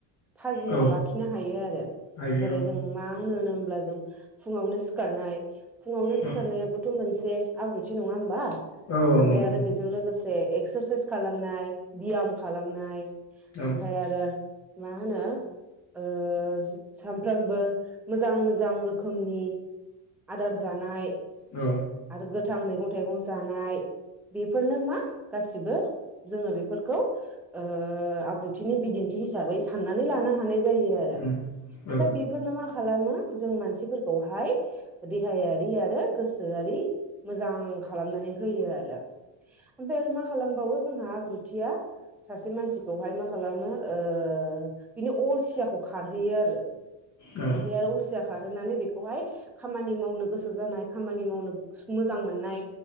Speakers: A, in the centre; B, on the left.
A: थाजिमाव
B: औ
A: लाखिनो हायो आरो
B: हायो
A: जेरै
B: औ
A: जों मा होनो होनो हब्ला जों फुङावनो सिखारनाय फुङावनो
B: औ
A: सिखारनायाबोथ' मोनसे एसे आब्रुथि नंङा होमबा
B: औ
A: ओमफ्राय
B: नंगौ
A: आरो बेजों लोगोसे एक्सारसाइस खालामनाय बियाम खालामनाय ओमफ्राय
B: औ
A: आरो मा होनो ओ सानफ्रामबो मोजां मोजां रोखोमनि आदार जानाय
B: औ
A: आरो गोथां मैगं थाइगं जानाय बेफोरनो मा गासिबो जोंङो बेफोरखौ ओ ओ आब्रुथिनि बिदिन्थि हिसाबै साननानै लानो हानाय जायो आरो
B: उम औ
A: ओमफ्राय बेफोरनो मा खालामो जों मानसिफोरखौहाय देहायारि आरो गोसोआ रि मोजां खालामनानै होयो आरो ओमफ्राय आरो मा खालामबावो जोंहा आब्रुथिया सासे मानसि बेवहाय मा खालामो ओ बिनि अलसियाखौ खारहैयो आरो
B: औ
A: ओमफ्राय आरो अलसिया खारहोनानै बेखौहाय खामानि मावनो गोसो जानाय खामानि मावनो मोजां मोजां मोननाय